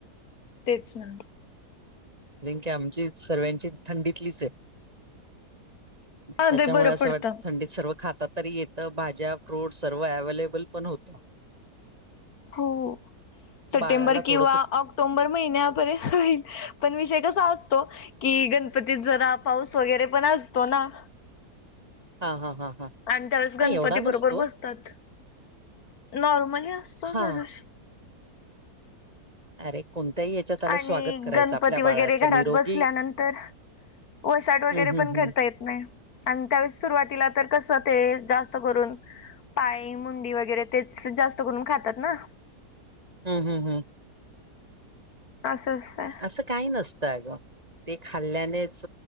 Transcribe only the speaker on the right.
कि आमची सर्व्यांची थंडीतलीच आहे.
त्याच्यामुळे
असं
वाटतं थंडीत सर्व खाताातरी येतं भाज्या फ्रूट सर्व अव्हेलेबल पण होत.
बाळाला
थोडस
हा हा हा हा
नाही
एवढा नसतो.
हां.
अरे कोणत्याही ह्याच्यात त्याला
स्वागत करायचं
आपल्या बाळाचं
निरोगी
हं, हं,
हं.
हम् हम्म हम
असं काही नसतं अ गं ते खाल्ल्यानेच